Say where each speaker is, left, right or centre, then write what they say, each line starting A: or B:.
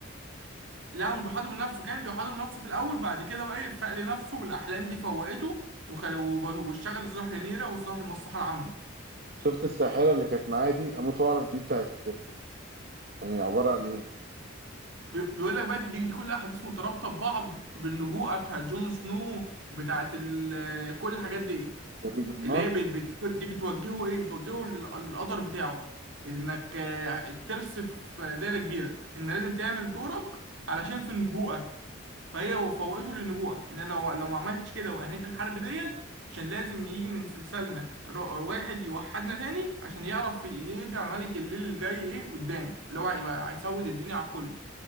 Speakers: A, on the right; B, on the right.
A: لا مش بيوحدوا من نفسه كان بيوحدوا من نفسه في الاول بعد كده بقى ايه فاق لنفسه بالاحلام دي فوقته وخل... وب... واشتغل لصالح رينيرا وصالح المصلحه العامه
B: شفت الساحرة اللي كانت معايا دي أموت وأعرف دي بتاعت يعني عبارة عن إيه؟
A: بي... بيقول لك بقى دي, دي, دي كلها احاديث مترابطه ببعض بالنبوءه بتاعت جون سنو بتاعت ال... كل الحاجات ديت
B: جليد والنار؟
A: اللي هي بت- بت- دي بتوجهه ايه بتوجهه للقدر بتاعه انك آه، الترس في دايره كبيره ان لازم تعمل دورك علشان في النبوءه فهي فوقته للنبوءه ان لو لو ما عملتش كده وانهيت الحرب ديت عشان لازم يجي من سلسلنا ر- واحد يوحدنا تاني عشان يعرف يقضي على ملك الليل اللي جاي ايه قدام اللي هو هيبقى هيسود الدنيا على الكل